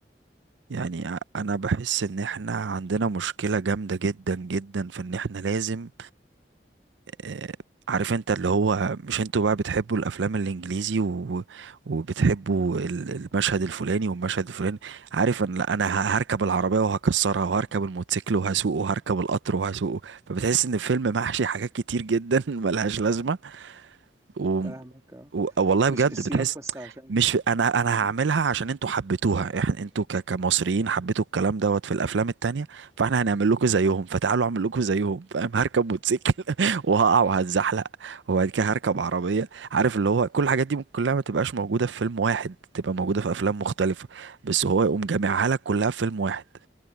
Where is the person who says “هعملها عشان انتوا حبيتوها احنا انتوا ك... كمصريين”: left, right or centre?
Right